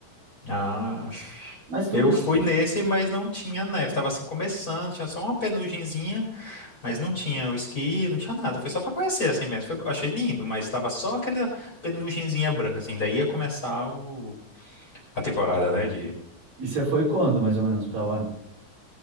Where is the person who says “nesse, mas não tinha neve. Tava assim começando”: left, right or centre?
Left